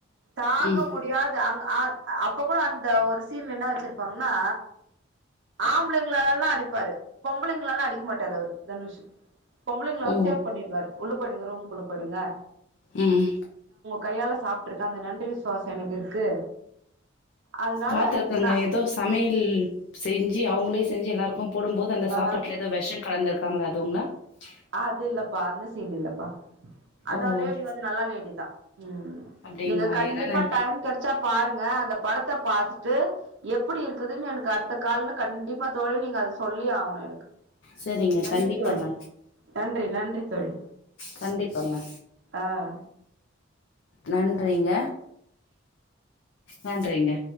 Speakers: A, on the right (about 60°); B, on the left (about 65°).
A: தாங்க
B: ம்
A: முடியாது அ அ அப்ப கூட அந்த ஒரு சீன் என்ன வச்சிருப்பாங்கன்னா ஆம்பளைங்களலாம் அடிப்பாரு பொம்பளைங்கள எல்லாம் அடிக்க மாட்டாரு அவரு தனுஷ் பொம்பளைங்களை வந்து
B: ஓ
A: சேவ் பண்ணிடுவரு டுங்க ரூம் குள்ள போடுங்க
B: உம்
A: கையால் சாப்ட்டுருக் அந்த நன்றி விசுவாசம் எனக்கு இருக்கு அதனால
B: பாத்திருக்கங்க
A: நா
B: ஏதோ சமையல் செஞ்சு அவங்களே ஞ்சி எல்லாருக்கும் போடும்போது அந்த
A: ஆ
B: சாப்பாட்டுல ஏதோ விஷம் கலந்த <unintelligible>
A: அது இல்லப்பா அந்த சீன் இல்லப்பா அந்த
B: ஓ
A: லேடி வந்து நல்ல லேடிதா ம்
B: அப்டிங்களா
A: நீங்க கண்டிப்பா
B: ஏன்னா நா
A: டைம் கெடைச்சா பாருங்க அந்த படத்த பாத்துட்டு எப்டி இருக்குதுனு எனக்கு அடுத்த கால்ல கண்டிப்பா தோழி நீங்க அது சொல்லியே ஆகணு எனக்கு
B: சரிங்க
A: நன்றி
B: கண்டிப்பாங்க
A: தோழி நன்றி நன்றி தோழி
B: கண்டிப்பாங்க
A: ஆ
B: நன்றிங்க நன்றிங்க